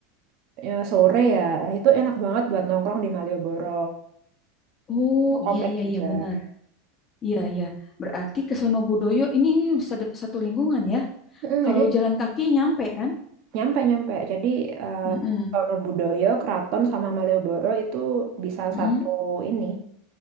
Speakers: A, on the right; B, on the left.
A: ya, sore ya, Nah, itu enak banget buat nongkrong di Malioboro,
B: Oh,
A: Itu kompleks
B: iya, iya,
A: juga.
B: iya, benar. Iya, iya. Berarti ke Sonobudoyo ini satu satu lingkungan ya.
A: Mm,
B: Kalau
A: jadi
B: jalan kaki nyampe kan?
A: Nyampe nyampe. Jadi eh
B: Mm-mm,
A: Sonobudoyo, Kraton sama Malioboro itu bisa
B: mm-mm.
A: satu ini.